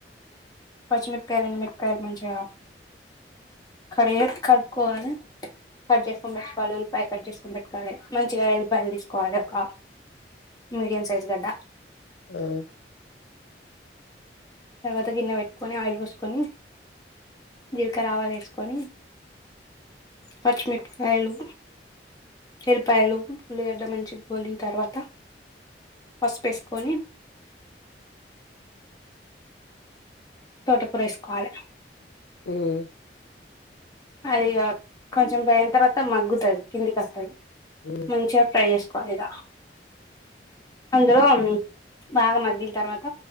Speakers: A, on the left (about 20°); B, on the left (about 85°).
A: పచ్చమిరపకాయ్ మ ప్రై మంచిగ కడి కడుక్కకోవాలి కట్ చేసుకొని పెట్టుకోవాలి ఉల్లిపాయ కట్ చేసుకని పెట్టుకోవాలి మంచిగా ఎల్పాయలు తీసుకోవాలి ఒక మీడియం సైజు గడ్డ
B: ఉమ్
A: తర్వాత గిన్నె బెట్టుకొని ఆయిల్ పోసుకొని జీలకరావాలు వేసుకొని పచ్చిమిరపకాయలు ఎల్పాయలు ఉల్లిగడ్డ మంచి గోలింగ్ తర్వాత పసుపేసుకొని తోటకురేసుకోవాలి
B: ఉమ్
A: అదిగ కొంచెం పోయిన తర్వాత మగ్గుతాది కిందికి వస్తాయి
B: హ్మ్.
A: మంచిగా ఫ్రై జేసుకోవాలిగ అందులో బాగా మగ్గిన తర్వాత